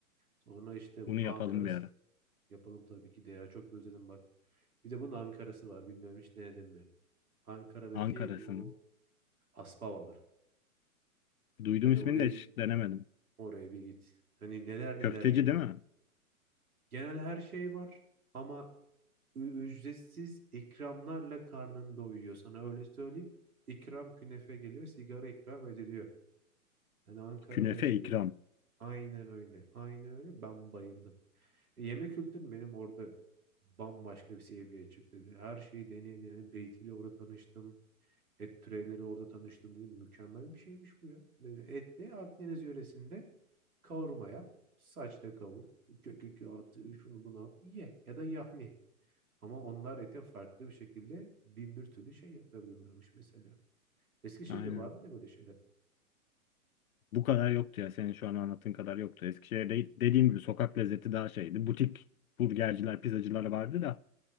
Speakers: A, on the right; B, on the left.
A: Sonra işte bunun
B: Bunu
A: Ankara'sı
B: yapalım bir ara.
A: yapalım tabii ki de ya. Çok özledim bak. Bir de bunun Ankara'sı var. Bilmiyorum hiç denedin mi? Ankara'daki
B: Ankara'sının.
A: bu Aspavalar.
B: Duydum
A: Hani
B: ismini
A: oraya
B: de
A: git,
B: hiç denemedim.
A: oraya bir git. Hani neler
B: Köfteci
A: neler geliyor.
B: değil mi?
A: Genel her şey var ama Ü- Ücretsiz ikramlarla karnını doyuyor. Sana öyle söyleyeyim. İkram künefe geliyor, sigara ikram ediliyor. Yani Ankara'da
B: Künefe
A: yaşadığım
B: ikram.
A: aynen öyle. Aynen öyle. Ben bayıldım. E, yemek kültürüm benim orada bambaşka bir seviyeye çıktı. Her şeyi deneye deneye Beyti'yle orada tanıştım. Et türevleri orada tanıştım dedim. Mükemmel bir şeymiş bu ya. Böyle Et de Akdeniz yöresinde kavurma yap. Saçta kavur. Kökü at, şunu bunu at. Ye. Ya da yahni. Ama onlar ete farklı bir şekilde bin bir türlü şey yapabiliyorlarmış mesela. Eskişehir'de
B: Aynen.
A: var mı ne böyle şeyler?
B: Bu kadar yoktu ya. Senin şu an anlattığın kadar yoktu. Eskişehir'de dediğim gibi sokak lezzeti daha şeydi. Butik burgerciler, pizzacılar vardı da.